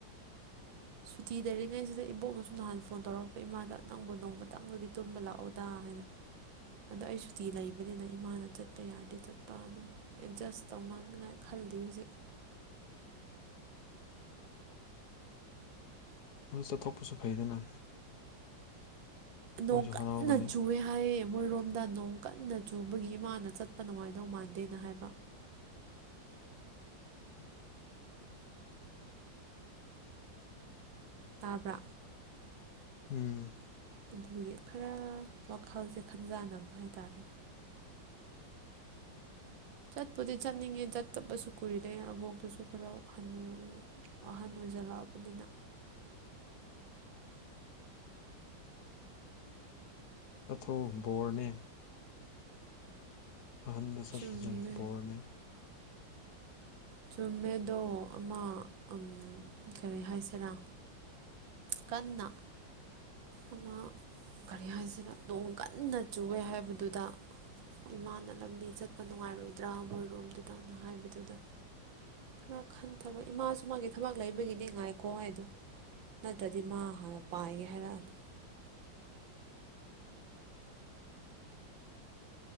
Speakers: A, on the right; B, on the left.
A: ꯁꯨꯇꯤ ꯂꯩꯔꯤꯉꯩꯁꯤꯗ ꯏꯕꯣꯛꯅꯁꯨ ꯅꯍꯥꯟ ꯐꯣꯟ ꯇꯧꯔꯛꯄ ꯏꯃꯥꯗ ꯅꯪꯕꯨ ꯅꯣꯡꯃ ꯇꯪꯕꯗꯤ ꯇꯨꯝꯕ ꯂꯥꯛꯑꯣꯗ ꯍꯥꯏꯅ ꯑꯗꯣ ꯑꯩ ꯁꯨꯇꯤ ꯂꯩꯕꯅꯤꯅ ꯏꯃꯥꯅ ꯆꯠꯄ ꯌꯥꯔꯗꯤ ꯆꯠꯄ ꯑꯗꯨꯝ ꯑꯦꯗꯖꯁ ꯇꯧꯅꯅꯉꯥꯏ ꯈꯗꯤ ꯍꯧꯖꯤꯛ
B: ꯑꯗꯨ ꯆꯠꯊꯣꯛꯄꯁꯨ ꯐꯩꯗꯅ
A: ꯅꯣꯡ
B: ꯃꯣꯏꯁꯨ
A: ꯀ
B: ꯍꯔꯥꯎꯒꯅꯤ
A: ꯅꯆꯨꯋꯦ ꯍꯥꯏꯌꯦ ꯃꯣꯏꯔꯣꯝꯗ ꯅꯣꯡ ꯀꯟꯅ ꯆꯨꯕꯒꯤ ꯏꯃꯥꯅ ꯆꯠꯄ ꯅꯨꯡꯉꯥꯏꯗꯧ ꯃꯥꯟꯗꯦꯅ ꯍꯥꯏꯕ ꯇꯥꯕ꯭ꯔꯥ
B: ꯎꯝ
A: ꯑꯗꯨꯒꯤ ꯈꯔ ꯋꯥꯈꯜꯁꯦ ꯈꯟꯖꯥꯟꯅꯕ ꯍꯥꯏꯇꯥꯔꯦ ꯆꯠꯄꯨꯗꯤ ꯆꯠꯅꯤꯡꯉꯦ ꯆꯠꯇꯕꯁꯨ ꯀꯨꯏꯔꯦ ꯑꯕꯣꯛꯇꯨꯁꯨ ꯈꯔ ꯍꯅꯨ ꯑꯍꯟ ꯑꯣꯏꯁꯤꯜꯂꯛꯑꯕꯅꯤꯅ
B: ꯑꯊꯨ ꯕꯣꯔꯅꯦ ꯑꯍꯟꯅ ꯁꯠꯄꯗꯨ
A: ꯆꯨꯝꯃꯦ
B: ꯕꯣꯔꯅꯦ
A: ꯆꯨꯝꯃꯦꯗꯣ ꯑꯃꯥ ꯑꯝ ꯀꯔꯤ ꯍꯥꯏꯁꯤꯔꯥ ꯀꯟꯅꯥ ꯑꯃ ꯀꯔꯤ ꯍꯥꯏꯁꯤꯔ ꯅꯣꯡ ꯀꯟꯅ ꯆꯨꯑꯦ ꯍꯥꯏꯕꯗꯨꯗ ꯏꯃꯥꯅ ꯂꯝꯕꯤ ꯆꯠꯄ ꯅꯨꯡꯉꯥꯏꯔꯣꯏꯗ꯭ꯔꯥ ꯃꯣꯏꯔꯣꯝꯗꯨꯗꯅ ꯍꯥꯏꯕꯗꯨꯗ ꯈꯔ ꯈꯟꯊꯕ ꯏꯃꯥꯁꯨ ꯃꯥꯒꯤ ꯊꯕꯛ ꯂꯩꯕꯒꯤꯅꯦ ꯉꯥꯏꯈꯣ ꯍꯥꯢꯗꯨ ꯅꯠꯇ꯭ꯔꯗꯤ ꯃꯥ ꯍꯥꯟꯅ ꯄꯥꯏꯒꯦ ꯍꯥꯏꯔꯛꯑꯅꯤ